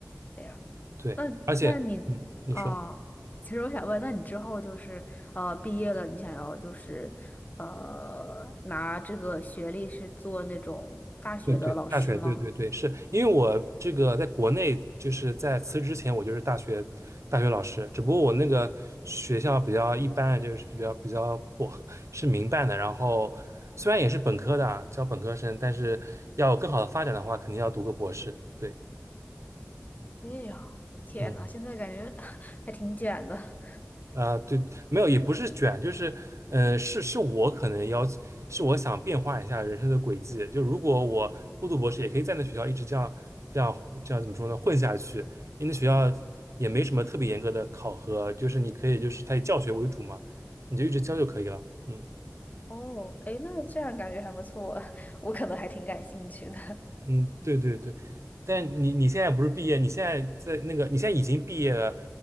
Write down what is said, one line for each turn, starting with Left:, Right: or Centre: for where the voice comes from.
Left: 哎呀，
Right: 对，
Left: 那那你哦，
Right: 而且嗯，你说。
Left: 其实我想问，那你之后就是呃，毕业了，你想要就是呃，拿这个学历是做那种大学的老师吗？
Right: 对对，大学，对对对，是因为我这个在国内，就是在辞职之前，我就是大学大学老师，只不过我那个学校比较一般，就是比较比较破，是民办的。然后虽然也是本科的啊，教本科生，但是要有更好的发展的话，肯定要读个博士。对，
Left: 哎呀，天呐，
Right: 嗯
Left: 现在感觉 <laughs> 还挺卷的。
Right: 啊，对，没有，也不是卷，就是，呃，是是我可能要，是我想变化一下人生的轨迹。就如果我不读博士，也可以在那学校一直这样这样这样怎么说呢，混下去。因为那学校也没什么特别严格的考核，就是你可以就是它以教学为主嘛，你就一直教就可以了。嗯
Left: 哦，哎，那这样感觉还不错，<laughs> 我可能还挺感兴趣的，
Right: 嗯，对对对。但你你现在不是毕业，你现在在那个你现在已经毕业了，